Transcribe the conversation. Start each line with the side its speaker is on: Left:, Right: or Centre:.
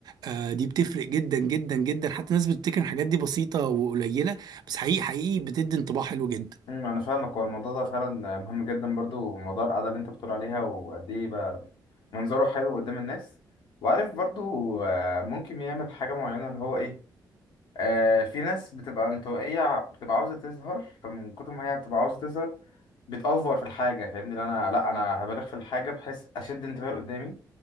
Right: آه، دي بتفرق جدا جدا جدا حتى الناس بتفتكر إن الحاجات دي بسيطة وقليلة بس حقيقي حقيقي بتدي انطباع حلو جدا
Left: امم انا فاهمك هو الموضوع ده فعلا مهم جدا برضو موضوع القعده اللي انت بتقول عليها وقد ايه بقى منظره حلو قدام الناس وعارف برضو آه، ممكن يعمل حاجه معينه اللي هو ايه آه، في ناس بتبقى انطوائيه بتبقى عاوزه تظهر فمن كتر ما هي بتبقى عاوزه تظهر بتأفور في الحاجه فاهمني اللي انا لا انا هبالغ في الحاجه بحيث اشد انتباه اللي قدامي